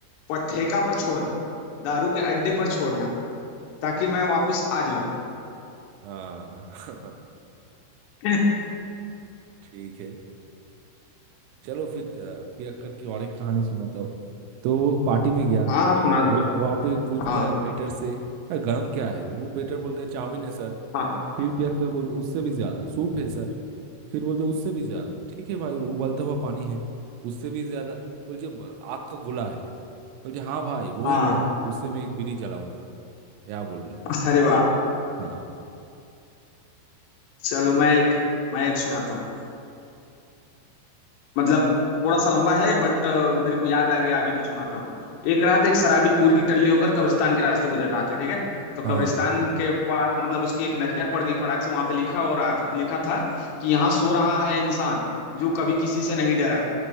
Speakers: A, on the left (about 80°); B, on the right (about 85°).
A: पर ठेका पर छोड़ना दारू के अड्डे पर छोड़ना ताकि मैं वापस आ जाऊं
B: हाँ हाँ
A: <laughs>
B: <laughs> ठीक है चलो फिर अ, पियक्कर की और एक कहानी सुनाता हूँ तो वो पार्टी में गया
A: हाँ सुना दो
B: और वहाँ पे पूछता
A: हाँ
B: है वेटर से "अ, गरम क्या है वो वेटर बोलते हैं चाउमीन है सर
A: हाँ
B: फिर पियक्कर बोलते उससे भी ज्यादा सूप है सर फिर बोलते उससे भी ज्यादा ठीक है भाई वो उबलता हुआ पानी है उससे भी ज्यादा बोलते "ब- आग का गोला है बोलते हाँ भाई वो
A: हाँ
B: ही ले आ उससे मैं एक बीड़ी जलाऊंगा क्या बोल रहा
A: अरे वाह
B: है हाँ
A: चलो मैं एक मैं एक सुनाता हूँ मतलब थोड़ा सा लंबा है बट मेरे को याद आ गया अभी तो सुनाता हूँ एक रात एक शराबी पूरी टल्ली होकर कब्रिस्तान के रास्ते गुजर रहा था ठीक है तो
B: हाँ
A: कब्रिस्तान के पास मतलब उसकी एक नजर पड़ गई फटाक से वहां पे लिखा हो रहा था लिखा था कि यहाँ सो रहा है इंसान जो कभी किसी से नहीं डरा